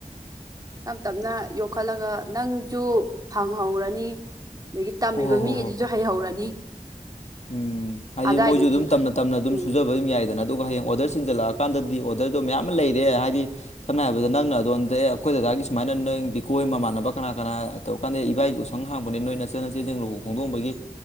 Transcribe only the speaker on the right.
ꯇꯞ ꯇꯞꯅ ꯌꯣꯛꯈꯠꯂꯒ ꯅꯪꯁꯨ ꯐꯪꯍꯧꯔꯅꯤ ꯑꯗꯒꯤ ꯇꯝꯃꯤꯕ
ꯃꯤ
ꯒꯩꯗꯨꯁꯨ
ꯍꯩꯍꯧꯔꯅꯤ
ꯑꯗꯥꯏꯗꯨꯒꯤ
ꯎꯝ